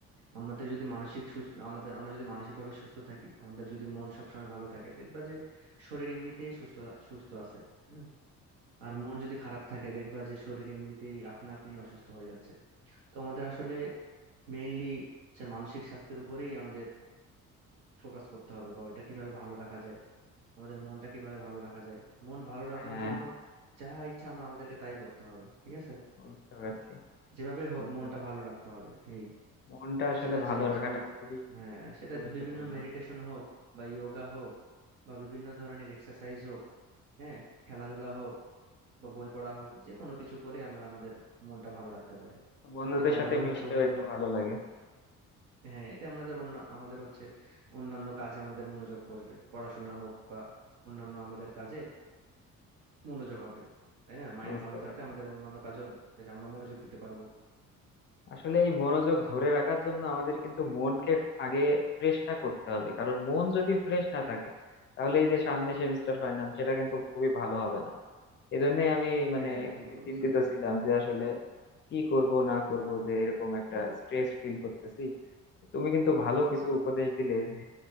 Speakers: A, on the right; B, on the left.
A: আমাদের যদি মানসিক সুস্থ আমাদের আমরা যদি মানসিক ভাবে সুস্থ থাকি আমাদের যদি মন সবসময় ভালো থাকে দেখবা যে শরীর এমনিতেই সুস্থ সুস্থ আছে হুম। আর মন যদি খারাপ থাকে দেখবা যে শরীর এমনিতেই আপনা আপনি অসুস্থ হয়ে যাচ্ছে তো আমাদের আসলে মেইনলি যে মানসিক স্বাস্থ্যের উপরেই আমাদের ফোকাস করতে হবে বা ওইটা কিভাবে ভালো রাখা যায় আমাদের মনটা কিভাবে ভালো রাখা যায় মন ভালো রাখার
B: হ্যাঁ
A: জন্য যা ইচ্ছা আমরা আমাদেরকে তাই করতে হবে ঠিক আছে
B: বুঝতে পারছি
A: যেভাবে হোক
B: বুঝতে
A: মনটা
B: পারছি
A: ভালো রাখতে হবে এই
B: মনটা আসলে
A: সেটা জীবে-
B: ভালো রাখাটা
A: যে-
B: খুবই
A: হ্যাঁ সেটা
B: গুরুত্বপূর্ণ
A: বিভিন্ন মেডিটেশন হোক বা যোগা হোক বা বিভিন্ন ধরনের এক্সারসাইজ হোক হ্যাঁ খেলাধুলা হোক বা বই পড়া হোক যে কোনো কিছু করে আমরা আমাদের মনটা ভালো রাখতে পারি
B: বন্ধুদের
A: এতে
B: সাথে
A: আমাদের
B: মিশলেও
A: হচ্ছে অন্যান্য
B: একটু ভালো লাগে
A: হ্যাঁ এতে আমাদের অন্য আমাদের হচ্ছে অন্যান্য কাজে আমাদের মনোযোগ বসবে পড়াশোনা হোক বা অন্যান্য আমাদের কাজে মনোযোগ হবে তাই না মাইন্ড
B: বুঝতে
A: ভালো থাকলে
B: পারছি
A: আমাদের অন্যান্য কাজেও বেশ আমরা মনোযোগ দিতে পারবো
B: আসলে এই মনোযোগ ধরে রাখার জন্য আমাদের কিন্তু মনকে আগে ফ্রেশটা করতে হবে কারণ মন যদি ফ্রেশ না থাকে তাহলে এই যে সামনে সেমিস্টার ফাইনাল সেটা কিন্তু খুবই ভালো হবে না এজন্যই আমি
A: হ্যাঁ
B: মানে
A: ঠিক
B: খুবই
A: বলছো
B: চিন্তিত
A: আসলে
B: ছিলাম
A: তুমি
B: যে আসলে কি করব না করব যে এরকম একটা স্ট্রেস ফিল করতেছি তো তুমি কিন্তু ভালো কিছু উপদেশ দিলে যে